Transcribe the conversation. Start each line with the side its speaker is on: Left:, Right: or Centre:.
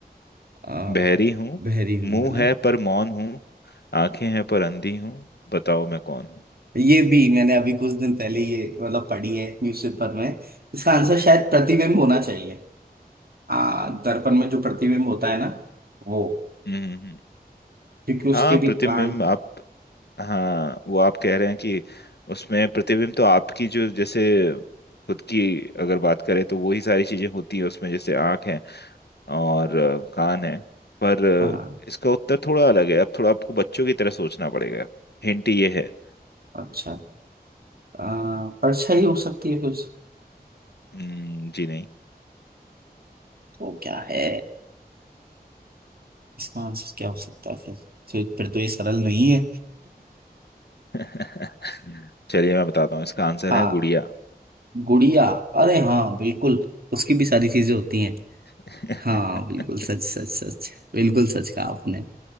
Right: आ,
Left: बहरी हूँ
Right: बहरी हूं
Left: मुंह
Right: है ना
Left: है पर मौन हूँ आंखें हैं पर अंधी हूँ बताओ मैं कौन हूँ
Right: ये भी मैंने अभी कुछ दिन पहले ये मतलब पढ़ी है न्यूज़पेपर में इसका आंसर शायद प्रतिबिंब होना चाहिए आ, दर्पण में जो प्रतिबिंब होता है ना वो
Left: हम्म हम्म। हम्म।
Right: क्योंकि उसके
Left: हाँ प्रतिबिंब
Right: भी कान
Left: आप हाँ वो आप कह रहे हैं कि उसमें प्रतिबिंब तो आपकी जो जैसे खुद की अगर बात करें तो वही सारी चीजें होती है उसमें जैसे आंख है और अ, कान है पर
Right: हाँ
Left: अ, इसका उत्तर थोड़ा अलग है अब थोड़ा आपको बच्चों की तरह सोचना पड़ेगा हिंट ये है
Right: अच्छा आ, परछाई हो सकती है कुछ
Left: हम्म, जी नहीं
Right: तो क्या है इसका आंसर क्या हो सकता है फिर फिर फिर तो ये सरल नहीं है
Left: <laughs> चलिए मैं बताता हूँ इसका आंसर
Right: हाँ
Left: है गुड़िया
Right: गुड़िया अरे हाँ बिल्कुल उसकी भी सारी चीजें होती हैं
Left: <laughs>
Right: हाँ बिल्कुल सच सच सच बिल्कुल सच कहा आपने